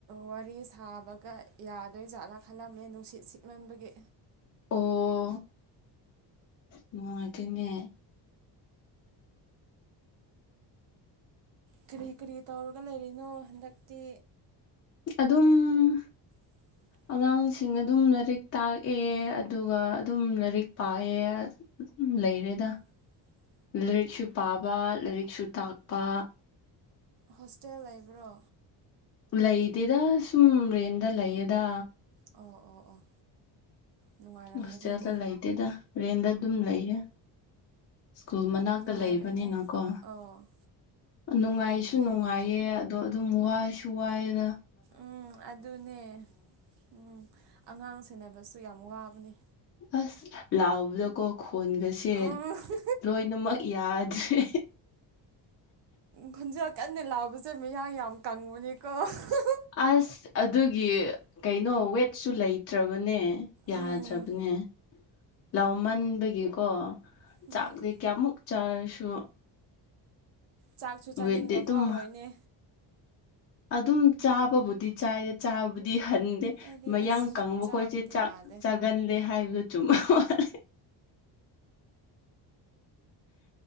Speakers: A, on the right; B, on the left.
A: ꯋꯥꯔꯤ ꯁꯥꯕꯒ ꯌꯥꯗꯣꯏ ꯖꯥꯠꯂꯥ ꯈꯜꯂꯝꯃꯦ ꯅꯨꯡꯁꯤꯠ ꯁꯤꯠꯃꯟꯕꯒꯤ
B: ꯑꯣ ꯅꯨꯡꯉꯥꯏꯇꯦꯅꯦ
A: ꯀꯔꯤ ꯀꯔꯤ ꯇꯧꯔꯒ ꯂꯩꯔꯤꯅꯣ ꯍꯟꯗꯛꯇꯤ
B: ꯑꯗꯨꯝ
A: <inaudible>
B: ꯑꯉꯥꯡꯁꯤꯡ ꯑꯗꯨꯝ ꯂꯥꯏꯔꯤꯛ ꯇꯥꯛꯑꯦ ꯑꯗꯨꯒ ꯑꯗꯨꯝ ꯂꯥꯏꯔꯤꯛ ꯄꯥꯌꯦ ꯂꯩꯔꯦꯗ
A: <inaudible>
B: ꯂꯥꯏꯔꯤꯛꯁꯨ ꯄꯥꯕ ꯂꯥꯏꯔꯤꯛꯁꯨ ꯇꯥꯛꯄ
A: ꯍꯣꯁꯇꯦꯜ ꯂꯩꯕ꯭ꯔꯣ
B: ꯂꯩꯇꯦꯗ ꯁꯨꯝ ꯔꯦꯟꯗ ꯂꯩꯌꯦꯗ
A: ꯑꯣ ꯑꯣ ꯑꯣ ꯅꯨꯡꯉꯥꯏꯔꯝꯒꯅꯤꯅꯦ
B: ꯍꯣꯁꯇꯦꯜꯗ ꯂꯩꯇꯦꯗ ꯔꯦꯟꯗ ꯑꯗꯨꯝ ꯂꯩꯌꯦ ꯁ꯭ꯀꯨꯜ ꯃꯅꯥꯛꯇ
A: ꯅꯨꯡꯉꯥꯏꯕꯅꯦ
B: ꯂꯩꯕꯅꯤꯅꯀꯣ
A: ꯑꯣ
B: ꯅꯨꯡꯉꯥꯏꯁꯨ
A: ꯌꯥꯝ ꯐꯩꯅꯦ
B: ꯅꯨꯡꯉꯥꯏꯌꯦ ꯑꯗꯣ ꯑꯗꯨꯝ ꯋꯥꯁꯨ ꯋꯥꯏꯌꯦꯗ
A: ꯎꯝ ꯑꯗꯨꯅꯦ ꯎꯝ ꯑꯉꯥꯡ ꯁꯦꯟꯅꯕꯁꯨ ꯌꯥꯝ ꯋꯥꯕꯅꯦ
B: ꯑꯁ ꯂꯥꯎꯕꯗꯀꫭ ꯈꯣꯟꯒꯁꯦ
A: ꯎꯝ
B: ꯂꯣꯏꯅꯃꯛ ꯌꯥꯗ꯭ꯔꯦ
A: ꯈꫭꯟꯖꯦꯜ ꯀꯟꯅ ꯂꯥꯎꯕꯁꯦ ꯃꯌꯥꯡ ꯌꯥꯝ ꯀꯪꯕꯅꯤꯀꯣ <unintelligible>
B: ꯑꯁ ꯑꯗꯨꯒꯤ ꯀꯩꯅꯣ ꯋꯦꯠꯁꯨ ꯂꯩꯇ꯭ꯔꯕꯅꯦ ꯌꯥꯗ꯭ꯔꯞ
A: ꯎꯝ
B: ꯅꯦ ꯂꯥꯎꯃꯟꯕꯒꯤꯀꯣ
A: ꯎꯝ
B: ꯆꯥꯛꯗꯤ ꯀꯌꯥꯃꯨꯛ ꯆꯥꯔꯁꯨ
A: ꯆꯥꯛꯁꯨ ꯆꯥꯅꯤꯡꯕ
B: ꯋꯦꯠꯇꯤ ꯑꯗꯨꯝ
A: ꯐꯥꯎꯔꯣꯏꯅꯦ
B: ꯑꯗꯨꯝ ꯆꯥꯕꯕꯨꯗꯤ ꯆꯥꯏꯗ ꯆꯥꯕꯗꯤ ꯍꯟ ꯗꯦ
A: ꯑꯩꯗꯤ
B: ꯃꯌꯥꯡ
A: ꯑꯁ
B: ꯀꯪꯕꯈꯣꯏꯁꯦ
A: ꯆꯥꯕꯗꯤ
B: ꯆꯥꯛ
A: ꯌꯥꯗꯦ
B: ꯆꯥꯒꯜꯂꯦ ꯍꯥꯏꯕꯗꯨ ꯆꯨꯝ <unintelligible>